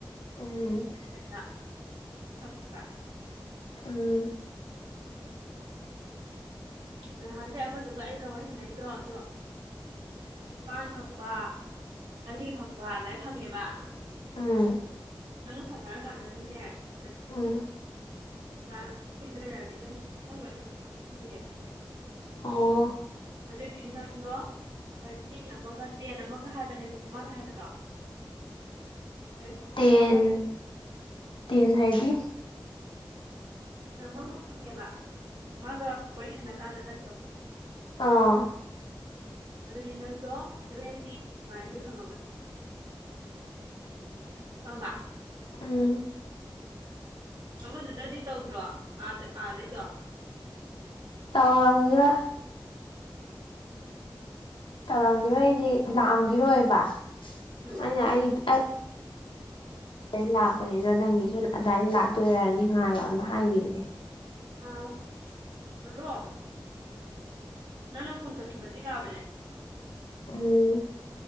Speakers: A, on the left (about 85°); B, on the right (about 65°).
A: ꯑꯝ
B: ꯍ‌ꯦꯟꯅ ꯐꯪꯉꯦꯕ
A: ꯎꯝ
B: ꯅꯍꯥꯟꯒꯩ ꯑꯃꯗꯨꯒ ꯑꯩꯒ ꯋꯥꯔꯤ ꯁꯥꯟꯅꯩꯗꯣ ꯑꯗꯣ ꯅꯤꯄꯥꯥꯟ ꯐꯪꯕ ꯑꯅꯤ ꯐꯪꯕ ꯑꯗꯨꯃꯥꯏꯅ ꯐꯪꯉꯦꯕ
A: ꯎꯝ
B: ꯅꯪꯒ ꯁꯥꯟꯅꯔ ꯀꯥꯟꯗꯅꯅ‌‌ꯦ ꯊꯔꯇꯤ
A: ꯎꯝ
B: <unintelligible> ꯅꯪꯒ ꯑꯩꯒ ꯆꯞ ꯃꯥꯟꯅꯅ ꯆꯪꯗꯣꯏꯅꯦꯕ
A: ꯑꯣ
B: ꯑꯗꯨꯑꯣꯏꯗꯤ ꯅꯪꯗꯣ ꯊꯥꯔꯇꯤ ꯑꯃꯒ ꯇꯦꯟ ꯑꯃꯒ ꯍꯥꯏꯕꯅꯦꯕꯀꯣ ꯃꯥꯅ ꯍꯥꯏꯕꯗꯣ ꯊꯥꯔꯇꯤ
A: ꯇꯦꯟ
B: ꯑꯃꯒ
A: ꯇꯦꯟ ꯍꯥꯏꯗꯤ
B: ꯍꯩꯅ ꯑꯃꯒ ꯐꯪꯉꯦꯕ ꯃꯥꯒ ꯋꯥꯔꯤ ꯁꯥꯟꯅ ꯀꯥꯟꯗ ꯅꯠꯇ꯭ꯔꯣ
A: ꯑꯥ
B: ꯑꯗꯨꯗꯤ ꯅꯪꯗꯣ ꯁꯚꯦꯟꯇꯤ ꯁꯨꯃꯥꯏꯅꯗꯤ ꯐꯪꯉꯝꯃꯅꯤ ꯈꯪꯑꯕ
A: ꯎꯝ
B: ꯑꯃꯗꯨꯗꯗꯤ ꯇꯧꯗ꯭ꯔꯣ ꯑꯗ ꯑꯥꯗꯩꯗꯣ
A: ꯇꯥꯎꯔꯝꯒꯔ
B: <unintelligible>
A: ꯇꯧꯔꯝꯈꯤꯔꯣꯏꯗꯤ ꯂꯥꯛꯑꯝꯒꯔꯣꯏꯕ
B: ꯎꯝ
A: ꯑꯩꯅ ꯑꯩ ꯑ ꯂꯥꯛꯄꯅꯦ ꯑꯗꯣ ꯅꯪꯒꯤꯁꯨ ꯑꯗꯨꯃꯥꯏꯅ ꯂꯥꯛꯇꯣꯏꯔꯅꯤ ꯉꯥꯏꯌꯣꯅ ꯍꯥꯏꯈꯤꯕꯅꯦ
B: ꯑꯥ ꯍꯜꯂꯣ ꯅꯪꯅ ꯐꯣꯟ ꯇꯧꯈꯤꯕꯗꯤ ꯌꯥꯕꯅꯦ
A: ꯎꯝ